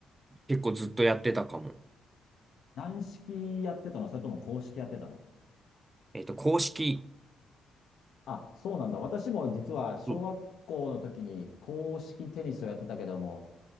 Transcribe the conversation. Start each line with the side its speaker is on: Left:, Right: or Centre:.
Right: 結構ずっとやってたかも。
Left: 軟式やってたのそれとも硬式やってたの
Right: えっと、公式。
Left: あ、そうなんだ。私も実は小学校の時に硬式テニスをやってたけども、
Right: うん